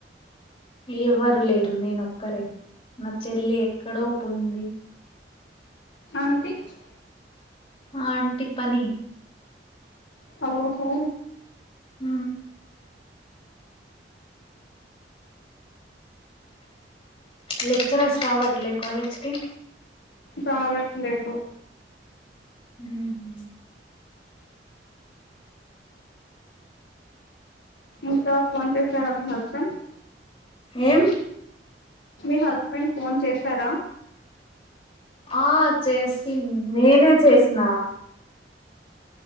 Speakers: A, on the left; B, on the left.
A: ఎవ్వరు లేరు నేను ఒక్కరే నా చెల్లె ఎక్కడో పోయింది
B: ఆంటీట్
A: ఆంటి పని
B: ఓహో
A: ఊ లెక్చరర్స్ రావట్లే కాలజ్ కి
B: రావట్లేదు
A: ఊ హూ
B: ఇంకా ఫోన్ చేసారా మీ హస్బెండ్
A: ఏం
B: మీ హస్బెండ్ ఫోన్ చేశారా
A: ఆ చేసిండ్ నేనే చేసిన